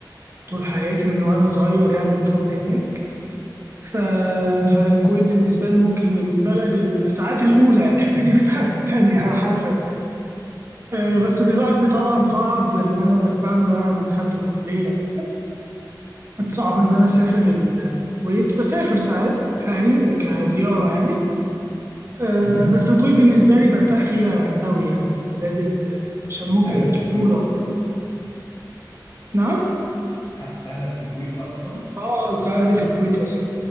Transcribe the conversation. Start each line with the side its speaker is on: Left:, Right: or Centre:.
Right: طول حياتي من وانا صغير يعني متربي هناك ف... فالكويت بالنسبه لي ممكن البلد الساعات الاولى <laughs> يعني والساعات التانية على حسب آه، بس دلوقتي طبعا صعب ان انا بس بعد ما ما دخلت الكليه وكده صعب ان انا اسافر ال- الكويت بسافر ساعات لاهلي كزياره يعني آه، بس الكويت بالنسبه لي برتاح فيها قوي يعني بلاد ال- عشان
Left: أنت
Right: ممكن
Left: أهلك
Right: الطفوله
Left: في الكويت أصلا؟
Right: وكده نعم
Left: لا أهلك في الكويت أصلا؟
Right: اه كان اهلي في الكويت اصلا